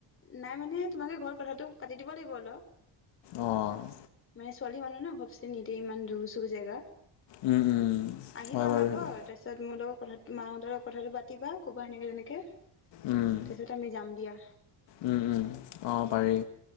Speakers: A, on the left; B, on the left.
A: নাই মানে, তোমালোকে ঘৰত কথাটো পাতি দিব লাগিব অলপ।
B: অহ ',
A: মানে ছোৱালী মানুহ ন', ঘপচে নিদয়ে ইমান দূৰ- চুৰ জেগা,
B: উম, উম,
A: আহিবা
B: হয়
A: আমাৰ
B: বাৰু সেইটো
A: ঘৰ তাৰপিছত মোৰ লগত কথা মাহঁতৰ লগত কথাটো পাতিবা ক'বা এনেকে- তেনেকে
B: উম,
A: তাৰপিচত আমি যাম দিয়া।
B: উম, উম, অঁ পাৰি